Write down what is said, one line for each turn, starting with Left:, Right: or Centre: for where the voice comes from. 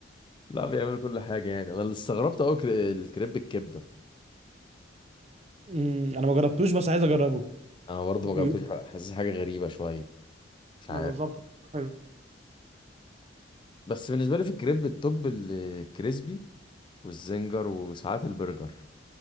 Left: لا بيعملوا كل حاجه يعني انا اللي استغربت قوي الكريب الكبده
Right: امم انا ما جربتوش بس عايز اجربه
Left: انا برضه
Right: بيقول
Left: ما جربتوش <laughs> حاسس حاجه غريبه شويه مش
Right: ما
Left: عارف
Right: بالظبط حلو
Left: بس بالنسبة لي في الكريب التوب الكريسبي والزنجر وساعات البرجر